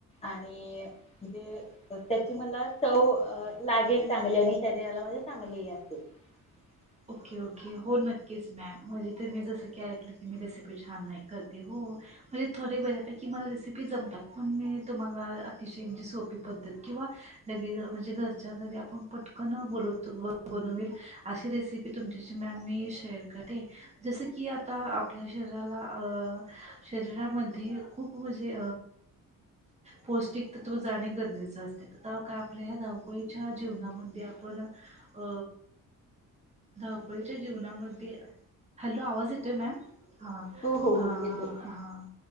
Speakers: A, on the left (about 20°); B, on the right (about 20°).
A: आणि त्याची मला चव अ लागेल चांगली आणि शरीराला मध्येे चांगली असेल <inaudible>
B: ओके ओके हो नक्कीच मॅम म्हणजे तर मी जसं की ऐकलं की मी रेसिपी छान नाही करते हो म्हणजे थोडी बऱ्यापैकी मला रेसिपी जमतात पण मी तुम्हाला अतिशय म्हणजे सोपी पद्धत किंवा लगेच म्हणजे घरच्या घरी आपण पटकनं बोलवतो बनवेल अशी रेसिपी तुमच्याशी मॅम मी शेअर करते जसं की आता आपल्या शरीराला शरीरामध्ये खूप म्हणजे पौष्टिक तत्त्व जाणे गरजेचं असते तर काय आपल्या ह्या धाव धापळीच्या जीवनामध्ये आपण अ धावपळीच्या जीवनामध्ये हॅलो आवाज येतोय मॅम हा
A: हो हो
B: हा
A: हो येतोय.
B: हा